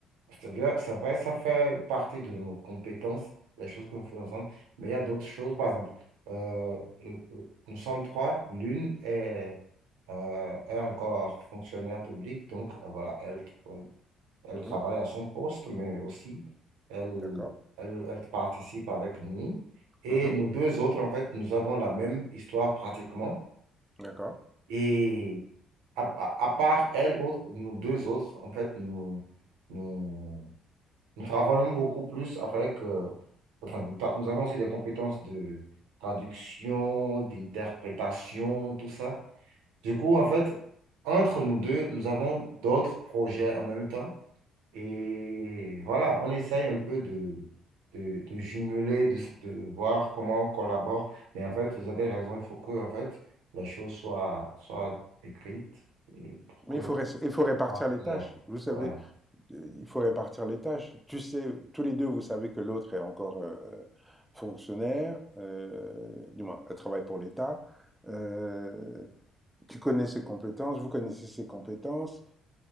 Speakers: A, on the right; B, in the centre.
A: C'est bien, c'est vrai, ça fait partie de nos compétences, les choses que nous faisons ensemble. Mais il y a d'autres choses, par exemple, euh, le- le- nous sommes trois, l'une est, euh, est encore fonctionnaire public, donc euh, voilà, elle. Elle
B: Mhm,
A: travaille à son poste, mais aussi, elle,
B: D'accord
A: elle, elle participe avec nous. Et
B: Mhm,
A: nous deux autres, en fait, nous avons la même histoire pratiquement.
B: D'accord.
A: Et à, à- à part elle, autre, nous deux autres, en fait, nous, nous, nous travaillons beaucoup plus avec... euh, enfin, nous, ta- nous avons aussi des compétences de traduction, d'interprétation, tout ça. Du coup, en fait, entre nous deux, nous avons d'autres projets en même temps. Et voilà, on essaye un peu de, de, de jumeler, de, de voir comment on collabore. Mais en fait, vous avez raison, il faut que en fait, la chose soit, soit écrite et
B: Mais
A: pour
B: il faut,
A: que
B: ré- il faut répartir
A: soit
B: les
A: clair.
B: tâches. Vous savez,
A: Ouais.
B: euh, il faut répartir les tâches. Tu sais, tous les deux, vous savez que l'autre est encore euh, fonctionnaire, euh, du moins, elle travaille pour l'État. Euh, tu connais ses compétences, vous connaissez ses compétences,